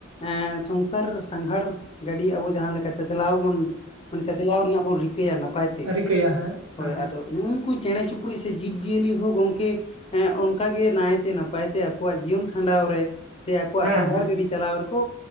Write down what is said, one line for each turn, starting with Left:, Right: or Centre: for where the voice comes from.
Left: ᱮᱸ ᱥᱚᱝᱥᱟᱨ ᱥᱟᱸᱜᱷᱟᱨ ᱜᱟᱹᱰᱤ ᱟᱵᱚ ᱡᱟᱦᱟᱸ ᱞᱮᱠᱟ ᱪᱟᱪᱞᱟᱣ ᱵᱚᱱ ᱢᱟᱱᱮ ᱪᱟᱪᱞᱟᱣ ᱨᱮᱱᱟᱜ ᱵᱚᱱ ᱨᱤᱠᱟᱹᱭᱟ ᱱᱟᱯᱟᱭ ᱛᱮ
Right: ᱠᱟᱹᱭᱟ ᱦᱮᱸ ᱦᱮᱸ
Left: ᱦᱳᱭ ᱟᱫᱚ ᱱᱩᱜᱼᱱᱠᱩ ᱪᱮᱬᱮ ᱪᱤᱯᱲᱩᱫ ᱥᱮ ᱡᱤᱵᱽᱡᱤᱭᱟᱹᱞᱤ ᱦᱚᱸ ᱜᱚᱝᱠᱮ ᱦᱮ ᱚᱱᱠᱟ ᱜᱮ ᱱᱟᱭᱛᱮ ᱱᱟᱯᱟᱭᱛᱮ ᱟᱠᱚᱣᱟᱜ ᱡᱤᱭᱚᱱ ᱠᱷᱟᱸᱰᱟᱣ ᱨᱮ, ᱥᱮ ᱟᱠᱚᱣᱟᱜ
Right: ᱦᱮᱸ
Left: ᱥᱟᱸᱜᱷᱟᱲ
Right: ᱦᱮᱸ
Left: ᱜᱟᱹᱰᱤ ᱪᱟᱞᱟᱣ ᱨᱮᱠᱚ